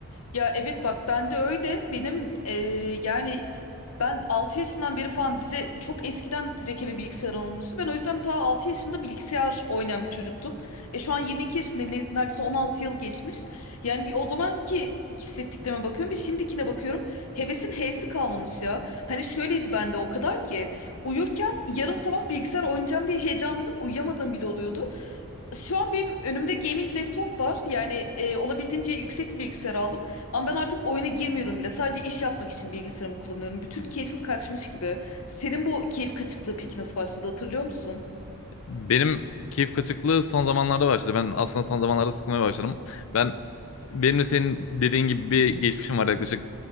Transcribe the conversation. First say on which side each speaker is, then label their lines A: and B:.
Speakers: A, on the left (about 85°); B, on the left (about 65°).
A: Ya evet bak ben de öyle. Benim e, yani ben 6 yaşından beri falan bize çok eskiden direkt eve bilgisayar alınmıştı. Ben o yüzden ta 6 yaşımda bilgisayar oynayan bir çocuktum. E şu an 22 yaşındayım. Ne- Neredeyse 16 yıl geçmiş. Yani bir o zamanki hissettiklerime bakıyorum. Bir şimdikine bakıyorum. Hevesin H'si kalmamış ya. Hani şöyleydi bende o kadar ki. Uyurken yarın sabah bilgisayar oynayacağım diye heyecanlanıp uyuyamadığım bile oluyordu. Şu an benim önümde gaming laptop var. Yani e, olabildiğince yüksek bir bilgisayar aldım. Ama ben artık oyuna girmiyorum bile. Sadece iş yapmak için bilgisayarımı kullanıyorum. Bütün keyfim kaçmış gibi. Senin bu keyif kaçıklığı peki nasıl başladı hatırlıyor musun?
B: Benim keyif kaçıklığı son zamanlarda başladı. Ben aslında son zamanlarda sıkılmaya başladım. Ben benim de senin dediğin gibi bir geçmişim var yaklaşık